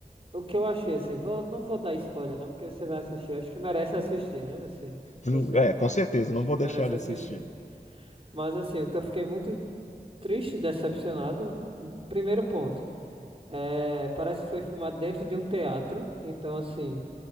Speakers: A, on the right; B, on the left.
A: o que eu achei assim, vou, não vou dar spoiler não, porque você vai assistir, acho que merece assistir, né? Assim,
B: hum,
A: por ser
B: é,
A: um clássico,
B: com certeza,
A: eu
B: não
A: acho
B: vou
A: que merece
B: deixar de
A: assistir.
B: assistir.
A: Mas assim, o que eu fiquei muito triste e decepcionado, primeiro ponto, é, parece que foi filmado dentro de um teatro, então assim,